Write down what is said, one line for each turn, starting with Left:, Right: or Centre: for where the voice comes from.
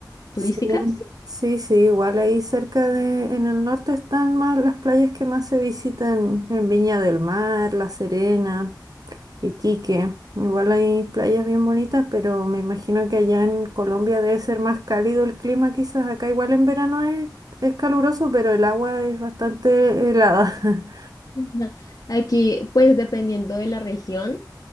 Left: turísticas?
Right: Sí, sí, sí, igual ahí cerca de, en el norte están más las playas que más se visitan en Viña del Mar, La Serena. Iquique. Igual hay playas bien bonitas, pero me imagino que allá en Colombia debe ser más cálido el clima, quizás. Acá igual en verano es, es caluroso, pero el agua es bastante helada. <laughs>
Left: Ujú. Aquí, pues dependiendo de la región,